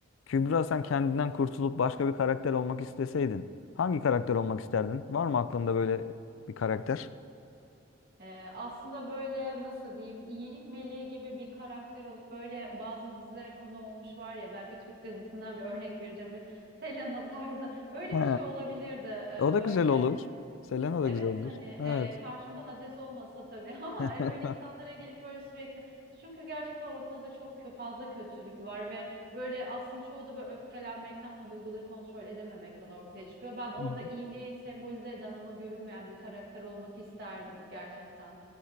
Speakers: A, on the left (about 75°); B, on the right (about 50°).
A: Kübra sen kendinden kurtulup başka bir karakter olmak isteseydin hangi karakter olmak isterdin? Var mı aklında böyle bir karakter?
B: Ee, aslında böyle nasıl diyeyim iyilik meleği gibi bir karakter olup böyle bazı dizilere konu olmuş var ya belki Türk dizisinden bir örnek vereceğim. Böyle Selena tarzı öyle
A: He,
B: bir şey olabilirdi Ee,
A: o da
B: böyle.
A: güzel olur. Selena da
B: Evet
A: güzel olur.
B: hani
A: Evet.
B: e, karşımda Hades olmasa tabii <laughs> ama
A: <laughs>
B: e, böyle insanlara gelip böyle sürekli çünkü gerçekten ortada çok kö- fazla kötülük var ve böyle aslında çoğu da böyle öfkelenmekten ve duyguları kontrol edememekten ortaya çıkıyor. Ben orada
A: Hı hı.
B: iyiliği sembolize eden ama görünmeyen bir karakter olmak isterdim gerçekten.